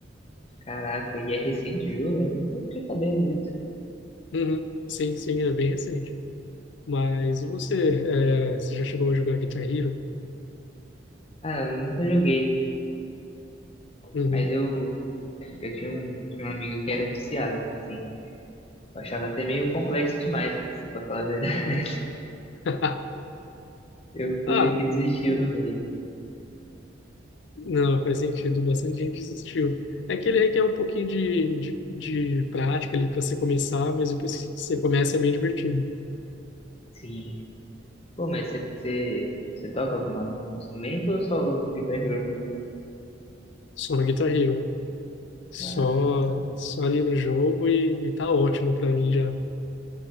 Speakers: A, on the left (about 35°); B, on the left (about 65°).
A: caraca, e é recente o jogo? Eu nem nem fiquei sabendo disso.
B: Uhum, sim, sim, é bem recente. Mas e você, é, você já chegou a jogar Guitar Hero?
A: Ah, eu nunca joguei,
B: Uhum.
A: mas eu, eu tinha um, tinha um amigo que era viciado, sim. Eu achava até meio complexo demais, se pra falar a verdade.
B: <laughs>
A: <laughs> Eu fui
B: Ah,
A: o que desistiu
B: é.
A: no meio.
B: Não, faz sentido, bastante gente desistiu. É que ele requer um pouquinho de, de, de prática ali para você começar, mas depois que você começa é bem divertido.
A: Sim. Pô, mas você, você, você toca alguma, algum instrumento ou só no Guitar Hero mesmo?
B: Só no Guitar Hero. Só,
A: Ah, tá.
B: só ali no jogo e, e tá ótimo para mim já.